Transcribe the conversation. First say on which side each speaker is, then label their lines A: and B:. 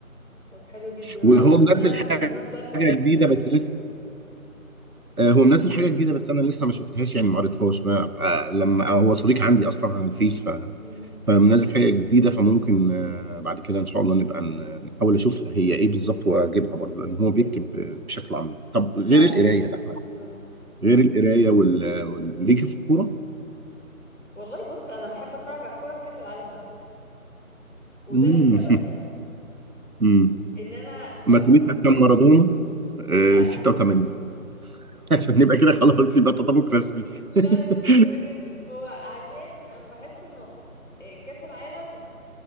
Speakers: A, on the left; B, on the right.
A: طب حلو جدا انا
B: وهو
A: مبسوطه
B: منزل
A: ان انا إن أنا
B: حاجه
A: طلعت ب-
B: جديده
A: ب-
B: بس
A: بفكره
B: لسه آه،
A: ده.
B: هو منزل حاجه جديده بس انا لسه ما شفتهاش يعني ما قريتهاش ما أبقى لما هو صديق عندي اصلا على الفيس
A: أمم،
B: فمنزل حاجة جديدة فممكن آه، بعد كده إن شاء الله نبقى ن- نحاول أشوفها هي إيه بالظبط وأجيبها برضه لأن هو بيكتب آه، بشكل عميق طب غير
A: فعلا
B: القراية ده إحنا
A: اه
B: غير القراية وال... وال... ليك في الكورة؟
A: والله بص انا بحب اتفرج على الكوره في كاس العالم بس وده
B: مم.
A: ليه سبب يعني
B: <laughs> مم.
A: ان انا ما
B: ما تقوليش عشان مارادونا آه،
A: لا
B: 86 <laughs> عشان نبقى كده خلاص يبقى تطابق رسمي
A: <laughs> لا
B: <laughs>
A: مش للدرجه دي. هو عشان انا بحس انه آه، كاس العالم